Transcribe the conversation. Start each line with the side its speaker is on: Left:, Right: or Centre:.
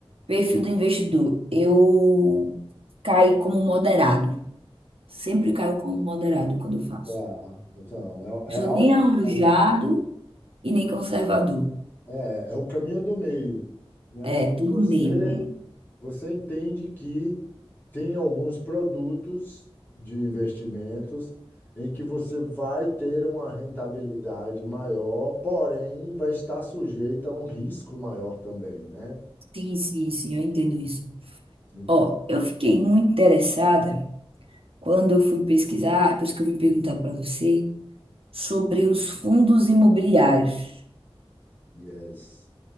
Right: Perfil do investidor. Eu caí como moderado. Sempre caio como moderado quando eu faço.
Left: Tá. Então, é,
Right: Não sou
Left: é algo
Right: nem arrojado
Left: mais.
Right: e nem conservador.
Left: É, é o caminho do meio, né?
Right: É,
Left: Então,
Right: tudo
Left: Você,
Right: meio. é.
Left: você entende que tem alguns produtos de investimentos em que você vai ter uma rentabilidade maior, porém vai estar sujeita a um risco maior também, né?
Right: Sim, sim, sim, eu entendo isso.
Left: Então,
Right: Ó, eu fiquei muito interessada quando eu fui pesquisar, é por isso que eu vim perguntar para você, sobre os fundos imobiliários.
Left: Yes.